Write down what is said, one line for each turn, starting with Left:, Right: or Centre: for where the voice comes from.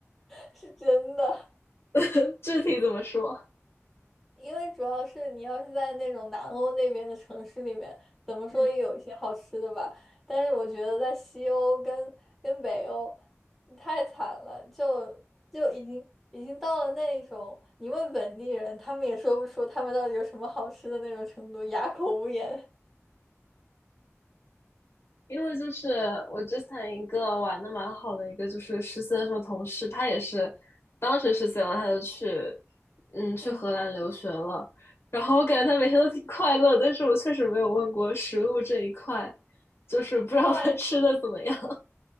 Centre: <laughs> 是真的，
Left: <laughs> 具体怎么说？
Centre: 因为主要是你要是在那种南欧那边的城市里面，怎么说也有一些好吃的吧。
Left: 嗯。
Centre: 但是我觉得在西欧跟跟北欧太惨了，就就已经已经到了那种你问本地人，他们也说不出他们到底有什么好吃的那种程度，哑口无言。
Left: 因为就是我之前一个玩的蛮好的一个，就是实习的时候同事，他也是当时实习完他就去，嗯，去荷兰留学了。
Centre: 嗯。
Left: 然后我感觉他每天都挺快乐，但是我确实没有问过食物这一块，就是不知道他吃的怎么样。
Centre: 要。